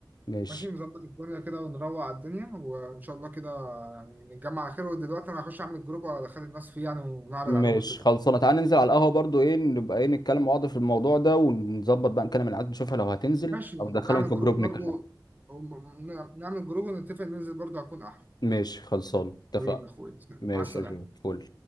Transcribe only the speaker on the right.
ماشي نظبط الدنيا كده ونروق على الدنيا وان شاء الله كده يعني نتجمع على خير ودلوقتي انا هخش اعمل جروب وادخل الناس فيه يعني ونعرض
عليهم الفكره
ماشي
نعمل
جروب
برضو وم- نعمل جروب ونتفق ننزل برضو هكون احلى
حبيبي يا اخويا
مع السلامه